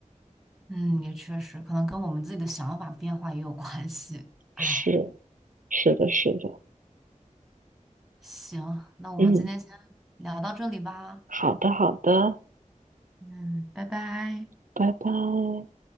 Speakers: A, in the centre; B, on the right.
A: 嗯，也确实，可能跟我们自己的想法变化也有关系。
B: 是，
A: 哎，
B: 是的，是的，
A: 行，那我们今天先聊到这里吧。
B: 嗯，好的，好的，
A: 嗯，拜拜。
B: 拜拜。